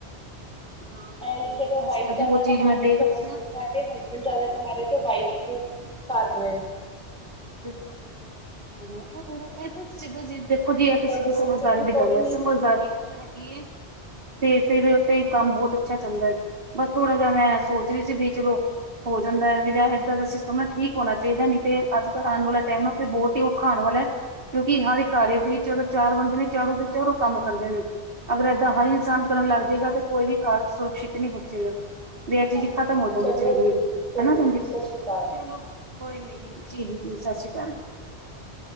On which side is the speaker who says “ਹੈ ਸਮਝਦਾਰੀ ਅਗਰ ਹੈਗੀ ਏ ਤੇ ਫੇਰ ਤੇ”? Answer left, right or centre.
Right